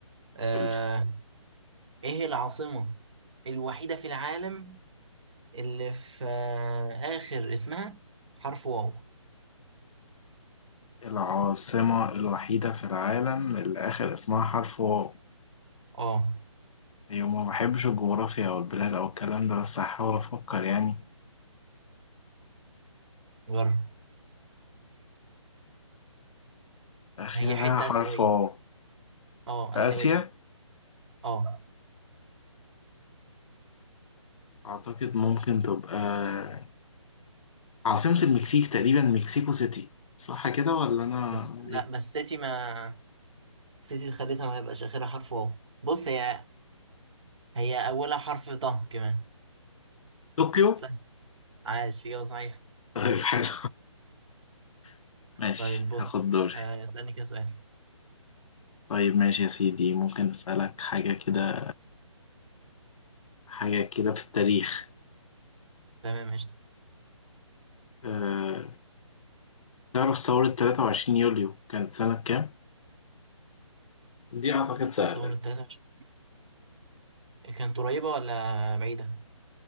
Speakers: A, on the right; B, on the left.
A: آه
B: قولي
A: ايه العاصمة الوحيدة في العالم اللي في آخر اسمها حرف واو
B: العاصمة الوحيدة في العالم اللي آخر اسمها حرف واو
A: اه
B: أيوة ما بحبش الجغرافيا أو البلاد أو الكلام ده بس هحاول أفكر يعني
A: جرب
B: آخرها
A: هي حتة
B: حرف
A: آسيوية
B: واو
A: اه
B: في
A: آسيوية
B: آسيا
A: اه
B: أعتقد ممكن تبقى عاصمة المكسيك تقريبا مكسيكو سيتي صح كده ولا أنا
A: بس لا
B: إيه؟
A: بس سيتي ما سيتي خليتها ما يبقاش آخرها حرف واو بص هي هي أولها حرف طه كمان
B: طوكيو
A: سهل عاش إجابة صحيحة
B: طيب حلو <laughs> ماشي
A: طيب بص
B: هاخد دوري
A: آه، اسألني كده سؤال
B: طيب ماشي يا سيدي ممكن أسألك حاجة كده حاجة كده في التاريخ
A: تمام قشطة
B: أه... تعرف ثورة 23 يوليو كانت سنة كام؟ دي أعتقد سهلة
A: ثورة
B: دي
A: 23 كانت قريبة ولا بعيدة؟